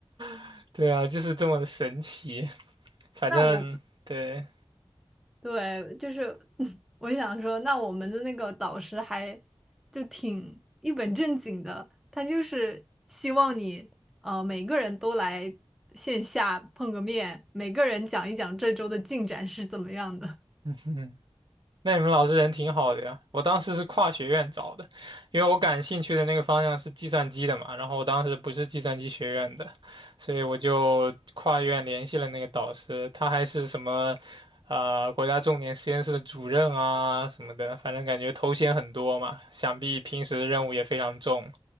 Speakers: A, on the right (about 50°); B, in the centre.
A: <laughs> 对啊，就是这么的神奇。反正对，
B: 那我。对，就是 <laughs> 我想说，那我们的那个导师还就挺一本正经的，他就是希望你呃每个人都来线下碰个面，每个人讲一讲这周的进展是怎么样的。
A: <laughs> 嗯哼，那你们老师人挺好的呀，我当时是跨学院找的，因为我感兴趣的那个方向是计算机的嘛，然后我当时不是计算机学院的，所以我就跨院联系了那个导师，他还是什么，啊国家重点实验室的主任啊什么的，反正感觉头衔很多嘛，想必平时的任务也非常重，